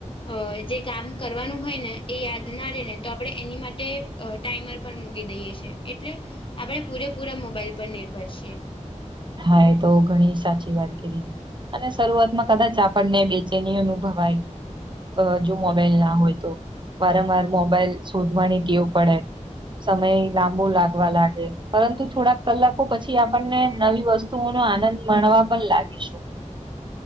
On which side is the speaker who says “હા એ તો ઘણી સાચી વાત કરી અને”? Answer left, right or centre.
Right